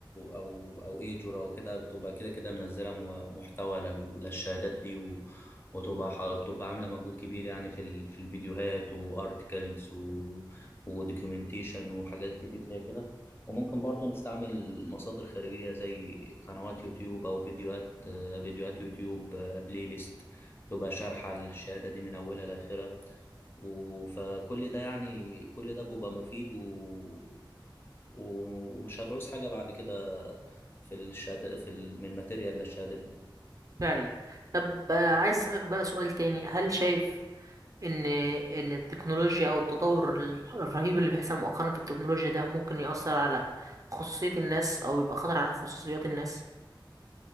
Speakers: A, on the left; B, on the right.
A: او او ايجورا وكده بتبقى كده كده منزله م- محتوى لل- للشهادات دي و... وتبقى ح- بتبقى عامله مجهود كبير يعني في ال... في الفيديوهات وارتكلز و... ودوكيومنتيشن وحاجات كتير زي كده وممكن برضو نستعمل مصادر خارجيه زي قنوات يوتيوب او فيديوهات آه، فيديوهات يوتيوب آه، بلاي ليست تبقى شارحه الشهاده دي من اولها لاخرها و- فكل ده يعني كل ده بيبقى مفيد و... و- ومش هتعوز حاجة بعد كده في الشهادة في ال- من الماتيريال للشهادات دي
B: فعلا طب آه، عايز اسألك بقى سؤال تاني هل شايف ان ان التكنولوجيا او التطور ال- الرهيب اللي بيحصل مؤخرا في التكنولوجيا ده ممكن يأثر على خصوصية الناس او يبقى خطر على خصوصيات الناس